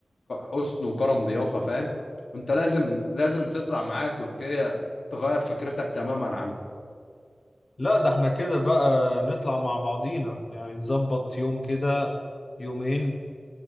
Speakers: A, on the left; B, on the left.
A: حسن وكرم ضيافة فاهم انت لازم لازم تطلع معايا تركيا تغير فكرتك تماما عنها
B: لا ده احنا كده بقى نطلع مع بعضينا يعني نظبط يوم كده يومين